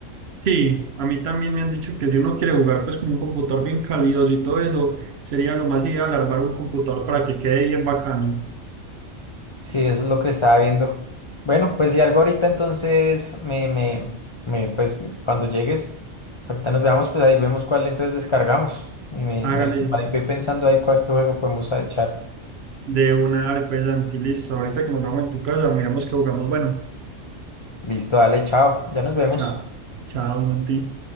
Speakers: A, on the right; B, on the left.
A: Sí, a mí también me han dicho que si uno quiere jugar pues con un computador bien calidoso y todo eso, sería lo más ideal armar un computador para que quede bien bacano.
B: Sí, eso es lo que estaba viendo. Bueno, pues si algo ahorita entonces me, me, me, pues cuando llegues, ahorita nos veamos, pues ahí vemos cuál entonces descargamos. Y me,
A: Hágale
B: me, ahí ve pensando ahí cuál juego podemos echar.
A: de una, dale, pues, Santi, listo. Ahorita que nos vamos en tu casa, miramos que jugamos. Bueno,
B: Listo, dale, chao. Ya nos vemos.
A: chao, chao, Santi.